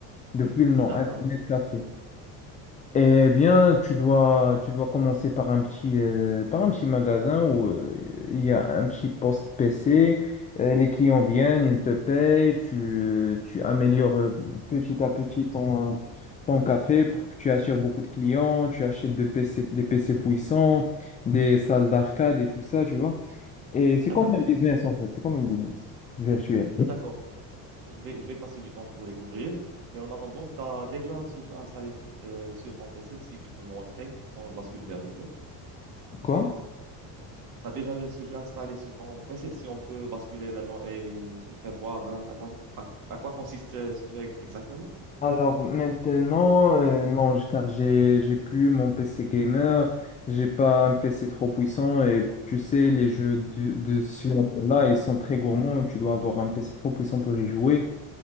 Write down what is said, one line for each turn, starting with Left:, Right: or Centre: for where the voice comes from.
Left: Depuis le nom,
Right: D'accord.
Left: Internet Café. Eh bien, tu dois, tu dois commencer par un petit, euh, par un petit magasin où euh, il y a un petit poste PC. Euh, les clients viennent, ils te payent, tu, euh, tu améliores euh, petit à petit ton, ton café pour que tu attires beaucoup de clients. Tu achètes des PC, des PC puissants, des salles d'arcade et tout ça, tu vois. Et c'est
Right: Ah
Left: comme
Right: d'accord.
Left: un business en fait, c'est comme un business virtuel. Ok.
Right: Ah d'accord. Je vais, je vais passer du temps pour découvrir. Mais en attendant, tu as déjà ce jeu installé euh, sur ton PC. Si tu peux me montrer, on bascule vers le jeu.
Left: Quoi?
Right: T'as déjà le- ce jeu installé sur ton PC si on peut basculer maintenant et tu me fais voir hein, à quoi, à, à quoi consiste euh, ce jeu ex- exactement?
Left: Alors maintenant, euh, non, j- car j'ai j'ai plus mon PC gamer, j'ai pas un PC trop puissant et tu sais, les jeux du- de ce là ils sont très gourmands, tu dois avoir un PC trop puissant pour y jouer.